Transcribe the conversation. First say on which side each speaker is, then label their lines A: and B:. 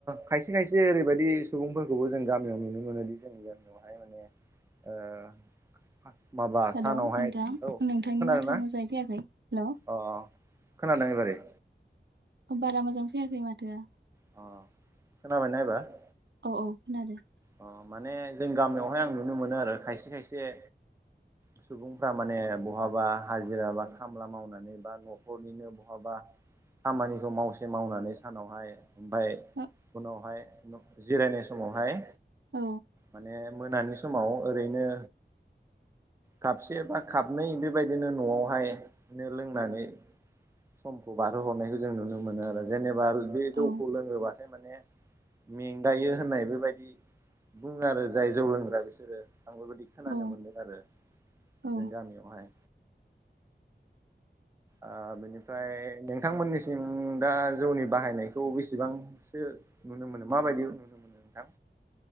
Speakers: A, on the right; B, on the right.
A: खायसे खायसे ओरैबायदि सुबुंफोरखौबो जों गामियाव नुनो मोनोदि जोंनि गामियावहाय माने ओ माबा
B: हेलौ
A: सानावहाय
B: नोंथां
A: औ
B: नोंथांनि
A: खोनादोंना
B: माथोआ मोजांयै फैयाखै हेल
A: अ अखोनादों एबारै?
B: बारा मोजां फैयाखै माथो।
A: अ खोनाबाय ना एबार?
B: औ औ खोनादों।
A: अ माने जों गामियावहाय आं नुनो मोनो आरो खायसे खायसे सुबुंफ्रा माने बहाबा हाजिरा बा खामला मावनानै जेनेबा न'खरनिनो बहाबा खामानिखौ मावसे मावनानै सानावहाय ओमफ्राय
B: औ
A: उनावहाय जिरायनाय समावहाय
B: औ।
A: माने मोनानि समाव ओरैनो खाबसे बा खाबनै बेबायदिनो न'आवहायनो लोंनानै समखौ बारहोहरनायखौ जों नुनो मोनो आरो जेनेबा बे
B: औ
A: जौखौ लोङोब्लाथाय माने मेंगायो होननाय बेबायदि बुङो आरो जाय जौ लोंग्रा बिसोरो आं बेबायदि खोनानो
B: औ
A: मोनदों आरो
B: औ
A: जों गामियावहाय। ओ बेनिफ्राय नोंथांमोननिसिम दा जौनि बाहायनायखौ बेसेबांसो नुनो मोनो माबायदि मोनो नोंथां?